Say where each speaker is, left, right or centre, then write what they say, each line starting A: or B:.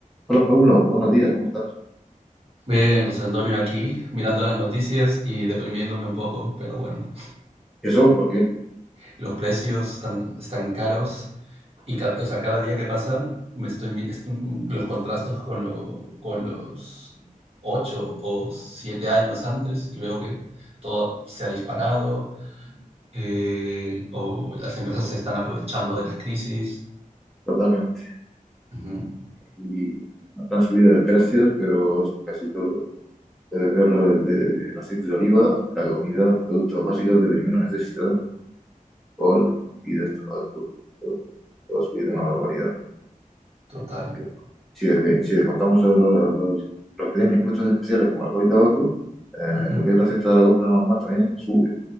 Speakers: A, in the centre; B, on the right (about 45°).
A: Hola Paulo, buenos días, ¿cómo estás?
B: Bien, José Antonio, aquí mirando las noticias y deprimiéndome un poco, pero bueno,
A: ¿Y eso? ¿Por qué?
B: los precios están, están caros y ca- o sea, cada día que pasan me estoy, mi- est- los contrastos con, lo- con los ocho o siete años antes y veo que todo se ha disparado eh, o las empresas se están aprovechando de las crisis.
A: Totalmente.
B: Ujú,
A: Y una gran subida de precios, pero eso, casi todo. Puedes verlo desde el aceite de oliva, la comida, productos básicos de primera necesidad, alcohol, bebidas, tabaco, todo, todo ha subido una barbaridad.
B: total.
A: Que bueno, si, de- si descontamos los, los, los- los que tienen impuestos especiales como alcohol y tabaco, eh,
B: Ujú.
A: lo que es la cesta de la compra normal también sube.